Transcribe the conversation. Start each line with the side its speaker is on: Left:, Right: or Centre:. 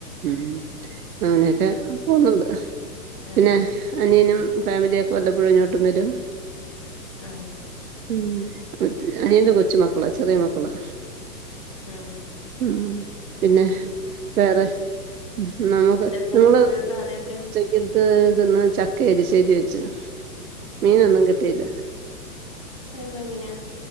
Right: ഉം അങ്ങനെക്കെ
Left: അങ്ങനെ
Right: പോന്നുണ്ട്
Left: ആഹ്
Right: പിന്നെ അനിയനും ഫാമിലിയൊക്കെ വല്ലപ്പോഴും ഇങ്ങോട്ടും വരും
Left: ആഹ്
Right: ഉം കൊ അനിയന്റെ കൊച്ചു മക്കളാ ചെറ്യെ മക്കളാ
Left: ഉം
Right: ഉം പിന്നെ വേറെ നമുക്ക്
Left: എന്നിട്ടെന്താ
Right: നിങ്ങള്
Left: ഉച്ചക്ക് കറിയൊക്കെ
Right: ഉച്ചക്കൽത്ത് തിന്ന് ചക്ക എരിശ്ശേരി വെച്ചു മീനൊന്നും
Left: ആഹ്
Right: കിട്ടീല
Left: ന്നെങ്ങന്യാ